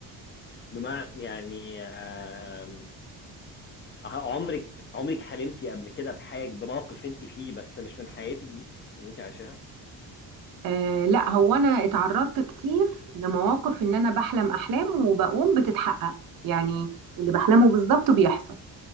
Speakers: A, on the left (about 30°); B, on the right (about 50°).
A: بمعنى يعني آه آه، عمرك عمرك حلمتي قبل كده بحاجة بموقف انت فيه بس مش من حياتك دي اللي انت عايشاها
B: آه لا هو انا اتعرضت كتير لمواقف ان انا بحلم احلام وبقوم بتتحقق يعني اللي بحلمه بالظبط بيحصل